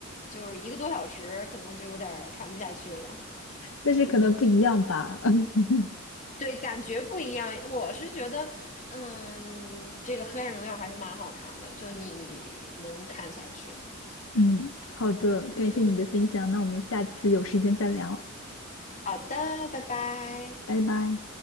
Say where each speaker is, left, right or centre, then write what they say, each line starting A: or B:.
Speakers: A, on the left; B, on the left.
A: 就是一个多小时，可能就有点儿看不下去了。
B: 但是可能不一样吧。
A: 嗯，
B: <laughs>
A: 对，感觉不一样。我是觉得，嗯，这个《黑暗荣耀》还是蛮好看的，就你能看下去。
B: 嗯，好的，感谢你的分享，
A: 嗯，
B: 那我们下次有时间再聊，
A: 好的，拜拜。
B: 拜拜。